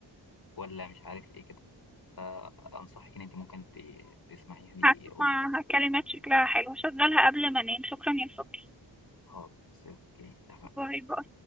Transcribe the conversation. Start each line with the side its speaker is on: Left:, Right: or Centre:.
Left: ولا مش عارف ايه كده أنصحك إن انت ممكن ت- تسمعيها دي
Centre: هسمع
Left: أغنية جامدة
Centre: كلمات شكلها حلو هشغلها قبل ما أنام شكرا يا صبري
Left: خلاص اوكي اتفقنا
Centre: باي باي